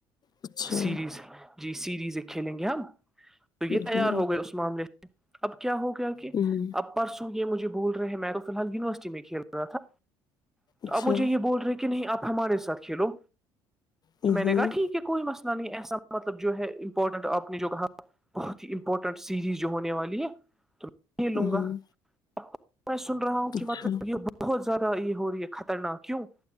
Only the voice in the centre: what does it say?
سیریز جی سیریز ایک کھیلیں گے ہم تو
یہ تیار ہو گئے اس معامل سے اب کیا ہو گیا کہ
اب پرسوں یہ مجھے بول رہے ہیں میں تو فیحال یونیورسٹی میں کھیل رہ رہا تھا تو
آپ مجھے یہ بول رہے کہ نہیں آپ ہمارے ساتھ کھیلو
تو میں
نے کہا ٹھیک ہے کوئی مسئلہ نہیں ایسا مطلب جو ہے امپورٹنٹ آپ نے جو کہااں بہت ہی مپورٹنٹ سیریز جو ہونے والی ہے تو میں کھیلوں
گا اب میں سن رہا ہوں
کہ مطلب یہ بہت زیادہ یہ ہو رہی ہے خطرناک کیوں